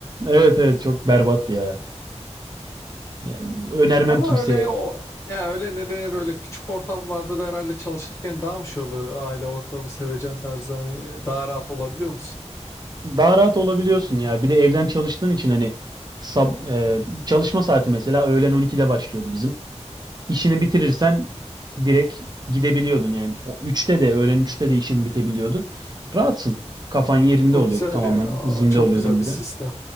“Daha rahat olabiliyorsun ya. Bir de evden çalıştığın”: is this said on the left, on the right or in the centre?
Right